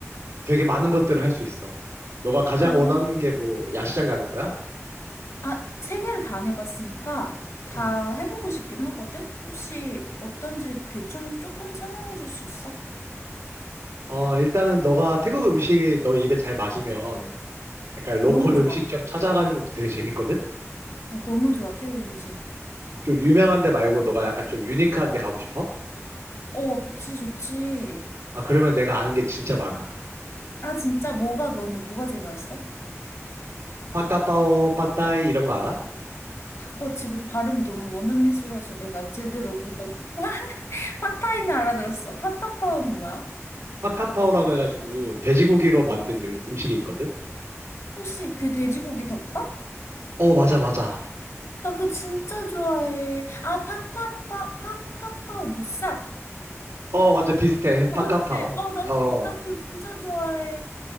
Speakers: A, on the right (about 80°); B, on the left (about 70°).
A: 되게 많은 것들을 할 수 있어. 너가 가장
B: 아,
A: 원하는 게 뭐, 야시장 가는 거야?
B: 아, 세 개를 다 안 해봤으니까 다
A: 음.
B: 해보고 싶긴 하거든? 혹시 어떤지 대충 조금 설명해 줄 수 있어?
A: 어, 일단은 너가 태국 음식이 너 입에 잘 맞으면 약간 로컬
B: 너무 좋아.
A: 음식점 찾아가는 것도 되게 재밌거든?
B: 어, 너무 좋아, 태국 음식.
A: 좀 유명한 데 말고 너가 약간 좀 유니크한 데 가고 싶어?
B: 어, 그치, 좋지.
A: 아, 그러면 내가 아는 게 진짜 많아.
B: 아, 진짜 뭐가 너는 뭐가 제일 맛있어?
A: 파카파오, 파타이 이런 거 알아?
B: 어, 지금 발음이 너무 원어민스러워서 내가 제대로 못 알아. <laughs> 팟타이는 알아들었어. 팟타파오는
A: 어.
B: 뭐야?
A: 파카파오라고 해가지고 돼지고기로 만든 요- 음식이 있거든?
B: 혹시 그 돼지고기 덮밥?
A: 어, 맞아, 맞아.
B: 나 그거 진짜 좋아해. 아, 파타파, 파타파오 무쌉.
A: 어, 맞아. 비슷해.
B: 맞지?
A: 파카파오.
B: 어, 나,
A: 어.
B: 나 그거 진짜 좋아해.